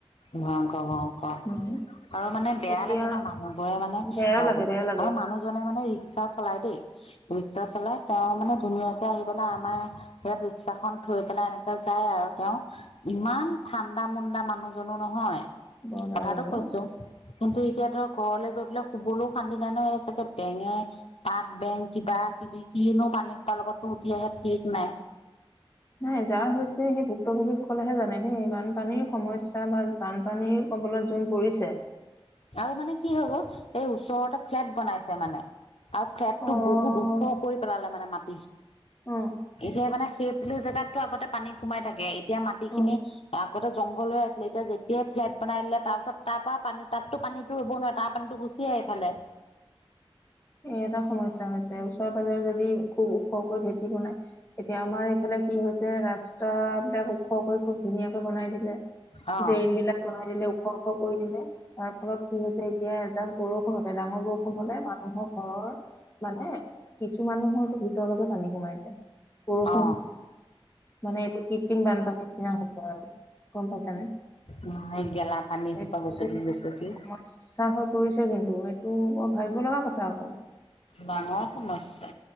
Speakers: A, on the left; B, on the left.
A: ভয়ংকৰ ভয়ংকৰ
B: মানে
A: আৰু মানে বেয়া
B: এতিয়া
A: লাগে ন মানুহ ঘৰে মানে
B: বেয়া
A: অ
B: লাগে বেয়া লাগে
A: আৰু মানুহজনে মানে ৰিক্সা চলাই দেই ৰিক্সা চলাই তেওঁ মানে ধুনীয়াকে আহি পেলাই আমাৰ ইয়াত ৰিক্সা খন থৈ পেলাই এনেকে যায় আৰু তেওঁ ইমান ঠাণ্ডা মুণ্ডা মানুহ জো নহয়
B: বৰ
A: কথাটো
B: বেয়া লাগে
A: কৈছো
B: অ'।
A: কিন্তু এতিয়া ধৰ ঘৰলৈ গৈ পেলাই শুবলৈও শান্তি নাই ন হৈ চাগে বেঙে পাত বেঙ কিবা কিবি কিনো পানীকা লগতো উঠি আহে ঠিক নাই
B: নাই যাৰ হৈছে সেই উক্ত কবিসকলেহে জানে দেই বানপানীৰ সমস্যা বা বানপানীৰ কবলত যোন পৰিছে
A: আৰু মানে কি হৈ গ'ল এই ওচৰতে ফ্লেট বনাইছে মানে আৰু ফ্লেট টো
B: অ',
A: বহুত ওখ কৰি পেলালে মানে মাত
B: অ',
A: এতিয়া মানে সেইফালে জোগাতটো আগতে পানী সোমাই থাকে এতিয়া মাটিখিনি
B: অ'।
A: আগতে জংঘল হৈ আছিলে এতিয়া যেতিয়াই ফ্লেট বনাই দিলে তাৰ পিছত তাৰ পৰা পানী তাতো পানীতো ৰুব নোৱাৰে তাৰ পানীতটো গুচি আহে এইফালে
B: এই এটা সমস্যা হৈছে ওচৰে পাজৰে যদি খুব ওখকৈ ভেঁকি বনাই এতিয়া আমাৰ এইফালে কি হৈছে ৰাস্তা বিলাক ওখকৈ খুব ধুনীয়াকে বনাই দিলে
A: অ
B: ড্ৰেইন বিলাক বনাই দিলে ওখ ওখ কৰি দিলে তাৰ ফলত কি হৈছে এতিয়া এযাক বৰষুণ হতে ডাঙৰ বৰষুণ হলে মানুহক মানে কিছু মানুহৰো ভিতৰ লগে পানী সোমাই যায় বৰষুণটো
A: অ
B: মানে এইটো কৃত্ৰিম বানপানীৰ নিচিনা হৈছে আৰু গম পাইছানে
A: উম সেই গেলা পানী সোপা
B: এই
A: গচকি গচকি
B: সমস্যা হৈ পৰিছে কিন্তু সেইটো বৰ ভাবিব লগা কথা আকৌ
A: ডাঙৰ সমস্যা